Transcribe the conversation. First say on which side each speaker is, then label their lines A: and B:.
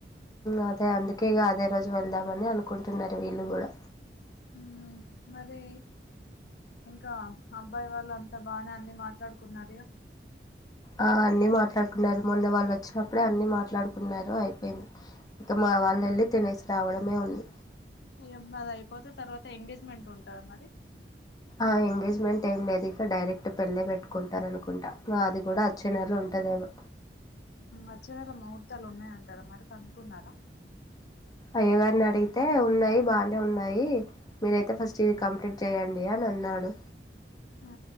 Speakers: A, on the left; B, on the left.
A: అదే అందుకే ఇక అదే రోజు వెళ్దామని అనుకుంటున్నారు వీళ్ళు కూడా
B: ఉ మరి ఇంకా అబ్బాయి వాళ్ళు అంతా బానే అన్ని మాట్లాడుకున్నార
A: ఆ అన్ని మాట్లాడుకున్నారు మొన్న వాళ్ళు వచ్చినప్పుడే అన్ని మాట్లాడుకున్నారు అయిపోయింది ఇంక మా వాళ్ళు వెళ్ళి తినేసి రావడమే ఉంది
B: ఇ అది అయిపోతే తర్వాత ఎంగేజ్మెంట్ ఉంటదా మరి
A: ఆ ఎంగేజ్మెంట్ ఏం లేదు ఇ డైరెక్ట్ పెళ్ళ పెట్టుకుంటారు అనుకుంటా మాది కూడా అచ్చే నెలలో ఉంట <unintelligible>
B: అచ్చేనెల ముహూర్తాలు ఉన్నాయంటారా మరి కనుకున్నారా
A: అయ్య గారిని అడిగితే ఉన్నాయి బానే ఉన్నాయి మీరయితే ఫస్ట్ ఇది కంప్లీట్ చేయడియా నా కన్నాడు
B: ఆ